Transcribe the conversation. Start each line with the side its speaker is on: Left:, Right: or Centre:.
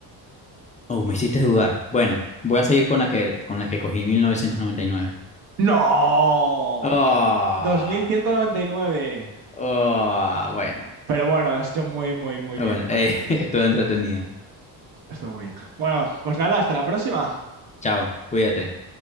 Left: Oh, me hiciste dudar. Bueno, voy a seguir con la que, con la que cogí 1999.
Right: No,
Left: Oh,
Right: dos mil ciento noventa y nueve.
Left: oh, bueno,
Right: Pero bueno, lo has hecho muy, muy, muy
Left: bueno,
Right: bien igualmente,
Left: eh, <laughs> estuvo
Right: ¿eh?
Left: entretenido.
Right: Estuvo muy bien. Bueno, pues nada, hasta la próxima.
Left: Chao, cuídate.